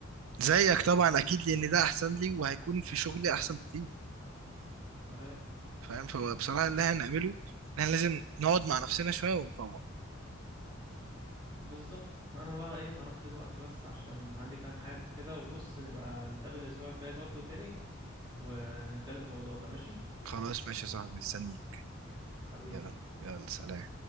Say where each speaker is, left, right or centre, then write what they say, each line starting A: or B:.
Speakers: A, on the right; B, on the right.
A: زيك طبعا اكيد لان ده احسن لي وهيكون في شغلي احسن بكتير
B: ايوه
A: فاهم فبصراحه اللي احنا هنعمله ان احنا لازم نقعد مع نفسنا شويه ونفوق
B: بالظبط انا بقى ايه هروح دلوقتي بس عشان عندي كام حاجه كده وبص نبقى نتقابل الاسبوع الجاي برضه تاني ونتكلم في الموضوع ده ماشي
A: خلاص ماشي يا صاحبي مستنيك
B: حبيبي
A: يلا يلا سلام